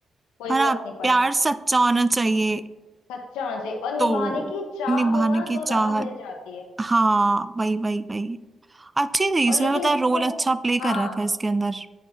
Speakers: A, on the left; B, on the right.
A: कोई
B: है ना
A: फर्क नहीं पड़ा
B: प्यार सच्चा होना चाहिए
A: सच्चा होना चाहिए और निभाने
B: तो
A: की चाह
B: निभाने
A: हो ना
B: की
A: तो
B: चाहत
A: राह मिल जाती है
B: हाँ वही वही वही अच्छी थी
A: और
B: इसमें
A: लेकिन
B: मतलब
A: इसको
B: रोल अच्छा प्ले
A: हाँ
B: कर रखा है इसके अंदर